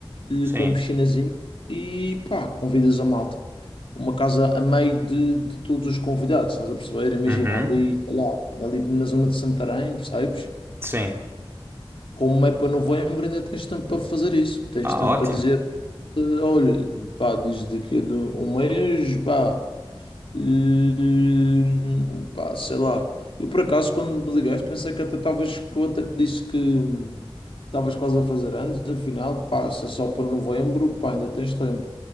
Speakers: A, on the left; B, on the right.
A: eh,
B: Sim.
A: com piscinazinho e pá, convidas a malta uma casa a meio de, de todos os convidados, estás a perceber? Imagina,
B: Uhum.
A: ali, sei lá, ali na zona de Santarém, percebes?
B: Sim.
A: Como é para novembro, ainda tens tempo para fazer isso. Tens
B: Ah,
A: tempo
B: ótimo.
A: para dizer, eh, olha, pá, diz daqui a de um mês, pá, eh, pá, sei lá. Eu, por acaso, quando me ligaste, pensei que até estavas, que eu até te disse que hum, estavas quase a fazer anos, afinal, pá, se é só para novembro, pá, ainda tens tempo.